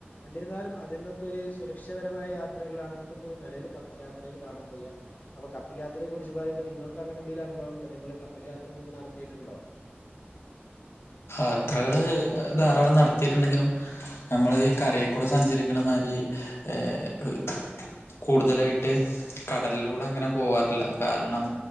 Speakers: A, on the left; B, on the left.
A: എന്നിരുന്നാലും അതിൽന്നും നമുക്കൊരു സുരക്ഷാപരമായ യാത്രകളാണ് നമുക്കിപ്പോ നെലവില് കപ്പൽ യാത്രേല് കാണാൻ കഴിയ്യാ അപ്പൊ കപ്പൽയാത്രയെ കുറിച്ച് പറയുമ്പോ നിങ്ങൾക്കങ്ങനെ എന്തേലും അനുഭവംണ്ടോ നിങ്ങൾ കപ്പൽയാത്ര മുമ്പ് നടത്തീട്ടുണ്ടോ?
B: യാത്രകള് ധാരാളം നടത്തീ ട്ടുണ്ടെങ്കിലും നമ്മള് കരേക്കൂടെ സഞ്ചരിക്കണമാതിരി ഏഹ് കൂടുതലായിട്ട് കടലിലൂടെ അങ്ങനെ പോവാറില്ല കാരണം